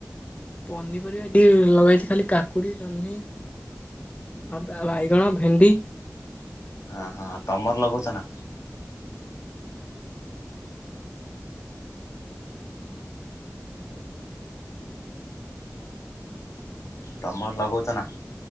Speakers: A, on the left; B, on the left.
A: ପନିପରିବା ଏଟି ଲଗାହେଇଛି ଖାଲି। କାକୁଡ଼ି ଜହ୍ନି ଆ ବାଇଗଣ ଭେଣ୍ଡି।
B: ଅ ହୋ ତମର ଲଗଉଛ ନା? ତମର ଲଗଉଛ ନା?